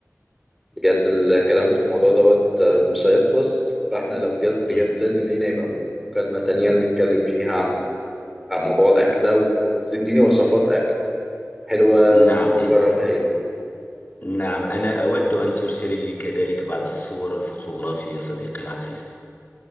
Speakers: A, in the centre; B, on the left.
A: بجد الكلام في الموضوع دوت مش هيخلص فاحنا لو جد بجد
B: مم.
A: لازم لينا يبقى مكالمة تانية نتكلم فيها عن عن موضوع الأكل ده وتديني وصفات أكل حلوة
B: نعم
A: نجربها
B: إن...
A: هنا
B: نعم أنا أود أن ترسل لي كذلك بعض الصور الفوتوغرافية صديقي العزيز